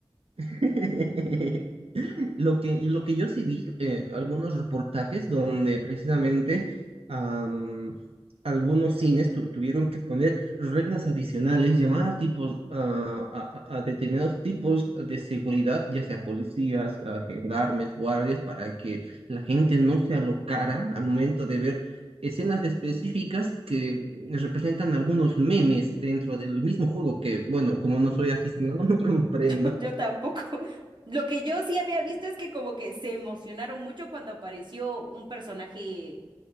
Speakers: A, on the right; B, on the right.
A: <laughs> Lo que, y lo que yo sí vi, eh, algunos reportajes donde precisamente am, algunos cines tu- tuvieron que poner reglas adicionales, llamar a tipos, ah, a, a- a determinados tipos de seguridad, ya sea policías, a gendarmes, guardias, para que la gente no se alocara al momento de ver escenas específicas que representan algunos memes dentro del mismo juego, que bueno, como no soy aficionado, <laughs> no comprendo.
B: <laughs> Yo tampoco. Lo que yo sí había visto es que como que se emocionaron mucho cuando apareció un personaje